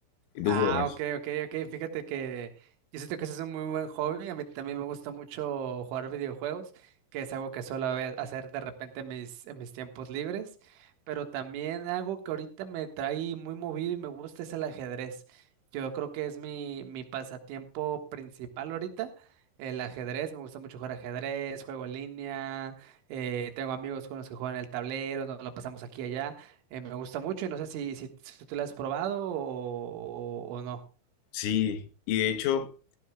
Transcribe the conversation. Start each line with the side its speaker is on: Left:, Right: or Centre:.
Left: ¿Y tú
Right: Ah,
Left: juegas?
Right: ok, ok, ok. Fíjate que yo siento que ese es un muy buen hobby. A mí también me gusta mucho jugar videojuegos, que es algo que suelo haber- hacer de repente en mis, en mis tiempos libres. Pero también algo que ahorita me trae muy movido y me gusta es el ajedrez. Yo creo que es mi, mi pasatiempo principal ahorita. El ajedrez, me gusta mucho jugar ajedrez, juego en línea, eh, tengo amigos con los que juegan el tablero, nos lo pasamos aquí y allá. Eh, me gusta mucho y no sé si, si, si tú la has probado o, o- o no.
Left: Sí, y de hecho